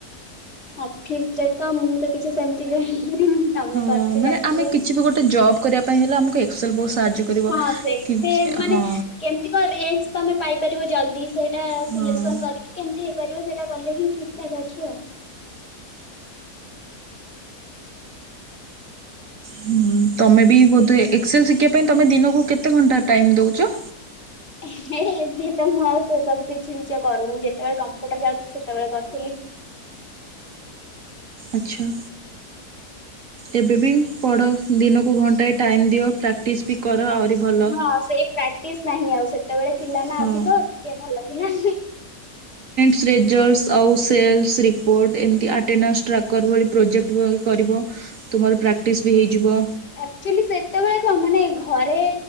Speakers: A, on the left; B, on the right.
A: ଅଫିସ ରେ ତ ମୁଁ ତ କିଛି ସେମିତି <unintelligible> ତମେ କରିଛ
B: ହଁ ମାନେ
A: ଜାଣିଥିବ।
B: ଆମେ କିଛି ବି ଗୋଟେ ଜବ କରିବା ପାଇଁ ହେଲେ ଆମକୁ ଏକ୍ସଲ ବହୁତ ସାହାଯ୍ୟ କରିବ।
A: ହଁ ସେଇଥିରେ
B: କି
A: ମାନେ
B: ହଁ
A: କେମିତି ତ ରେଞ୍ଜ ତମେ ପାଇପାରିବ ଜଲ୍ଦି ସେଇଟା
B: ହଁ।
A: ସିଲେକ୍ସନ କରି କେମିତି ହେଇପାରିବ ସେଇଟା କଲେ ହିଁ ଠିକ ଠାକ ଅଛି ଆଉ।
B: ହୁଁ ତମେ ବି ବୋଧେ ଏକ୍ସଲେ ଶିଖିବା ପାଇଁ ତମେ ଦିନକୁ କେତେ ଘଣ୍ଟା ଟାଇମ ଦଉଛ?
A: ଏବେ ତ ମୁଁ ଆଉ ସେ ସବୁ କିଛି ବି କରୁନି ଯେତେବେଳେ କମ୍ପ୍ୟୁଟର ଯାଉଥିଲି ସେତେବେଳେ କରୁଥିଲି।
B: ଆଚ୍ଛା। ଏବେ ବି ପଢ ଦିନକୁ ଘଣ୍ଟାଏ ଟାଇମ ଦିଅ ପ୍ରାକ୍ଟିସ୍ ବି କର ଆହୁରି ଭଲ
A: ହଁ ସେଇ ପ୍ରାକ୍ଟିସ ନାହିଁ ଆଉ ସେ ସେତେବେଳେ ଥିଲା
B: ହଁ।
A: ନା ଅଧିକ ଟିକେ ଭଲ ଥିଲା।
B: ଶେଯର୍ଲ ଆଉ ସେଲ ରିପୋର୍ଟ ଏମିତି ଆଟେନାଶ ଟ୍ରାକର ପ୍ରୋଜେକ୍ଟ କରିବ। ତୁମର ପ୍ରାକ୍ଟିସ୍ ବି ହେଇଯିବ।
A: ଆକ୍ଚୁଆଲି ସେତେବେଳେ କ ମାନେ ଘରେ